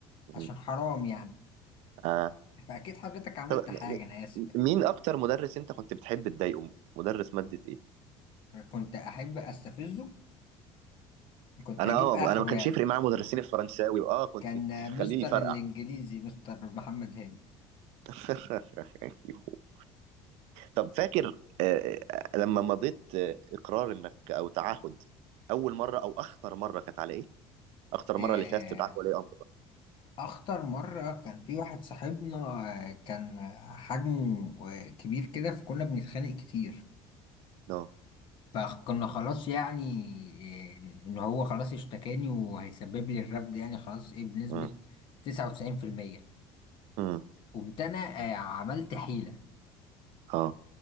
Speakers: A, on the right; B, on the left.
A: <laughs>
B: عشان حرام يعني
A: آه.
B: فاكيد حضرتك عملت
A: طب
B: حاجه انا اسف
A: مين أكتر مدرس أنت كنت بتحب تضايقه مدرس مادة إيه؟
B: يعني كنت احب استفزه كنت
A: انا
B: اجيب
A: اه
B: اخره
A: انا ما كانش
B: يعني
A: يفرق معايا مدرسين الفرنساوي اه كنت
B: كان
A: تخليني
B: مستر
A: يفرقع
B: الانجليزي مستر محمد هاني
A: <laughs> طب فاكر آه، آه، لما مضيت آه، اقرار انك او تعهد اول مره او اخطر مره كانت على ايه اخطر
B: آه،
A: مره اللي فيها استدعاء ولي امر بقى
B: أخطر مرة كان في واحد صاحبنا آه، كان حجمه آه، كبير كده فكنا بنتخانق كتير
A: نو
B: فكنا خلاص يعني آه، إن هو خلاص اشتكاني وهيسبب لي الرفض يعني خلاص إيه بنسبة
A: امم
B: تسعة وتسعين في المية
A: امم
B: قمت أنا آه، عملت حيلة
A: اه